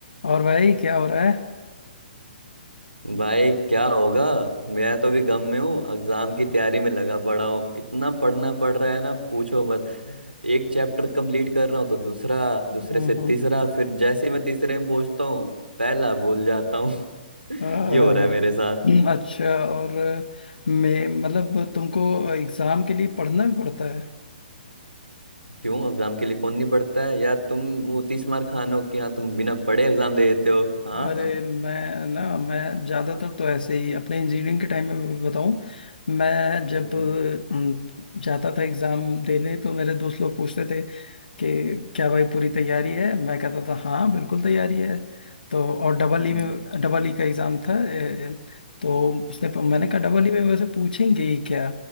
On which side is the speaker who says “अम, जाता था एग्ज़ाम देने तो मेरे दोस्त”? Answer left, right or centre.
Left